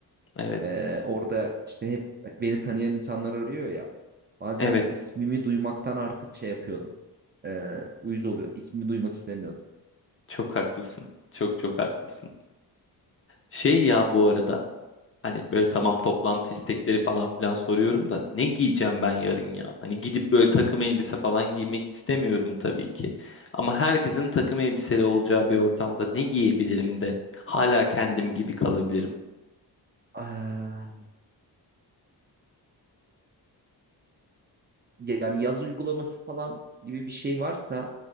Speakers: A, on the left (about 35°); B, on the right (about 25°).
A: Evet.
B: Ee, orada işte hep beni tanıyan insanlar arıyor ya. Bazen
A: Evet,
B: ismimi duymaktan artık şey yapıyordum. Ee, uyuz oluyordum. İsmimi duymak istemiyordum.
A: çok haklısın. Çok çok haklısın. Şey ya bu arada hani böyle tamam
B: Hı.
A: toplantı istekleri falan filan soruyorum da ne giyeceğim ben yarın ya? Hani gidip böyle takım elbise falan giymek istemiyorum tabii ki. Ama herkesin takım elbiseli olacağı bir ortamda ne giyebilirim de hala kendim gibi kalabilirim.
B: Ah, yani yaz uygulaması falan gibi bir şey varsa